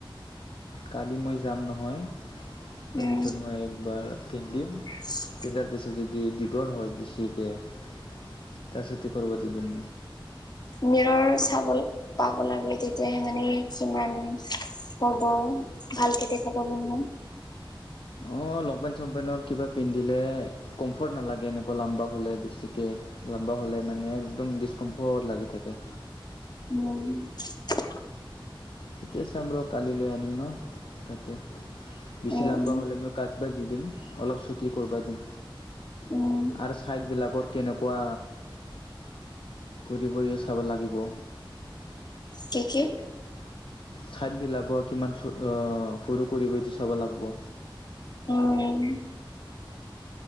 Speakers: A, on the left; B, on the left.
A: কালি মই যাম নহয় তাৰপিছত
B: উম
A: মই একবাৰ পিন্ধিম
B: <inaudible>
A: পিন্ধাৰ পিছত যদি দীঘল হয় বেছিকে তাৰপিছত ঠিক কৰিব দি দিম।
B: মিৰৰ চাব পাব লাগে তেতিয়াহে মানে কিমান কব ভালকে দেখা পাব মই
A: অঁ লংপেণ্ট চংপেণ্টৰ কিবা পিন্ধিলে কমফৰ্ট নালাগে এনে কুৱা লাম্বা হ'লে বেছিকে লাম্বা হ'লে মানে একদম ডিচকমফৰ্ট লাগি থাকে।
B: উম।
A: তেতিয়া চাম ৰ কালিলৈ আনিম ন' তাতে। বেছি
B: উম
A: লাম্বা হ'লে মই কাটবা দি দিম, অলপ চটি কৰবা দিম।
B: উম।
A: আৰু ছাইডবিলাকৰ কেনেকুৱা ঘৰি বহিয়ে চাব লাগিব।
B: কি কি?
A: ছাইডবিলাকৰ কিমান চ' অ সৰু কৰিবই এইটো চাব লাগব।
B: উম।